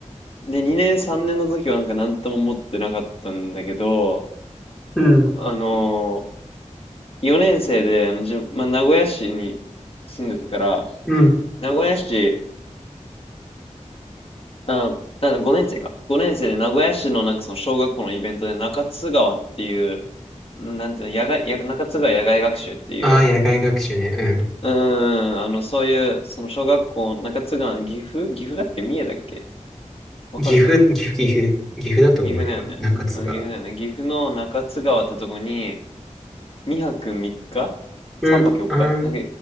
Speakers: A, on the left (about 50°); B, in the centre.
A: で、2年3年の時はなんか何とも思ってなかったんだけど、
B: うん、
A: あの4年生で、あの、じ、まあ、名古屋市に住んでたから、
B: うん。
A: 名古屋市、あ、あ、5年生か。5年生で名古屋市のなんかその小学校のイベントで中津川っていう、なんていうの、野外、や中津川野外学習っていう、
B: ああ、野外学習ね。うん。
A: うーん、あの、そういう、その小学校、中津川、岐阜岐阜だっけ三重だっけわかるかな
B: 岐阜、岐阜、岐阜、岐阜だと思うよ。
A: 岐阜だよね。
B: 中津が
A: うん、岐阜だよね。岐阜の中津川ってとこに、2泊3日 ?3
B: うん、
A: 泊4日なんか、
B: あー